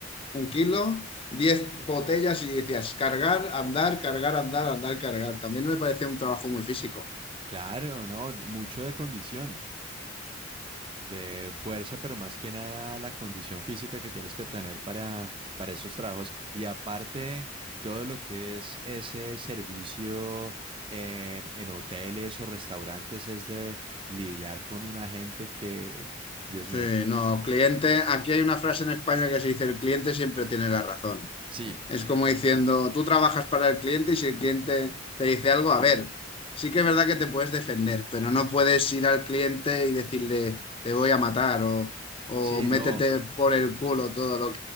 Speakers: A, on the left (about 30°); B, on the right (about 30°).
A: un kilo, 10 botellas y decías cargar, andar, cargar, andar, andar, cargar. También me parecía un trabajo muy físico.
B: claro, no, mucho de condición. de fuerza, pero más que nada la condición física que tienes que tener para, para esos trabajos. Y aparte, todo lo que es ese servicio en, en hoteles o restaurantes es de lidiar con una gente que, Dios mío,
A: Sí, no,
B: y-
A: cliente, aquí hay una frase en España que se dice, el cliente siempre tiene la razón.
B: sí,
A: Es como diciendo, tú trabajas para el cliente y si el cliente te dice algo, a ver, sí que es verdad que te puedes defender, pero no puedes ir al cliente y decirle, te voy a matar o, o
B: sí,
A: métete
B: no,
A: por el culo todo lo